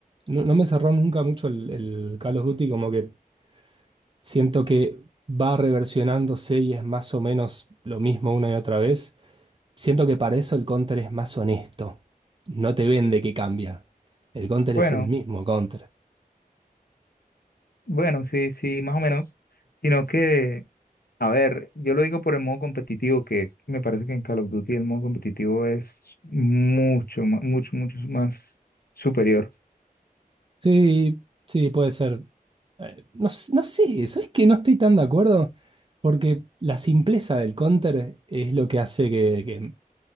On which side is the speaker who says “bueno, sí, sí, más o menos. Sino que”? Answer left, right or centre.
Left